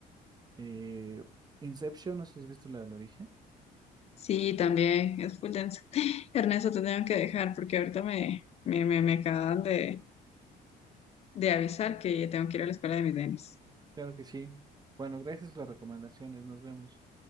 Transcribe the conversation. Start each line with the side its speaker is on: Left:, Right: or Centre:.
Right: eh, Inception, no sé si has visto la del origen.
Left: sí, también es full denso. Ernesto, te tengo que dejar porque ahorita me, me, me, me acaban de, de avisar que tengo que ir a la escuela de mis nenes.
Right: Claro que sí. Bueno, gracias por las recomendaciones, nos vemos.